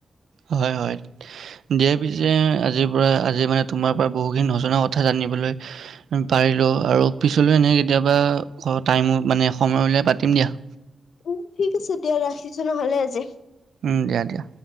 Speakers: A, on the right; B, on the left.
A: হয় হয় দিয়া পিছে আজিৰ পৰা আজি মানে তোমাৰ পৰা বহুখিনি নজনা কথা জানিবলৈ পাৰিলোঁ আৰু পিছলৈও এনে কেতিয়াবা ঘৰত টাইমো মানে সময় উলিয়াই পাতিম দিয়া।
B: উম ঠিক আছে দিয়া ৰাখিছো নহ'লে আজি
A: উম দিয়া দিয়া